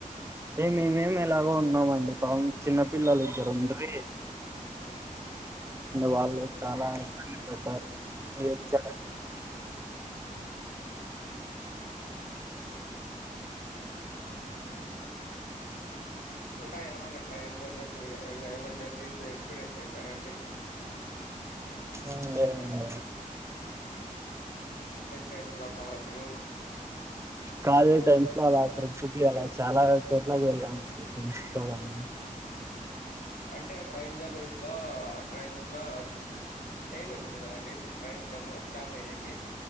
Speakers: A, on the right; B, on the left.
A: ఏ మేమేం ఎలాగో ఉన్నామండి పాపం చిన్న పిల్లలు ఇద్దరు ఉండ్రి
B: హమ్
A: వళ్ళు చాలా ఇబ్బంది పడ్డారు ఏడ్చారు
B: ఇంకా ఏమన్నా ట్రైన్ జర్నీస్ మీ ఇంకా ఏమైన్నా జర్నీస్ ఎక్స్పీరియన్స్ చేశారాండి
A: అ లేదండి
B: టైమ్స్ లో కావచ్చు
A: కాలేజ్ టైమ్స్ లో అలా ట్రిప్కి అలా చాలా చోట్లకి వెళ్ళానుండి ఫ్రెండ్స్ తో కానీ
B: అంటే ట్రైన్ జర్నీస్ లో ట్రైన్స్ లో చైన్ ఉంటుంది కదండి ట్రైన్ స్ స్టాప్ అయ్యి కి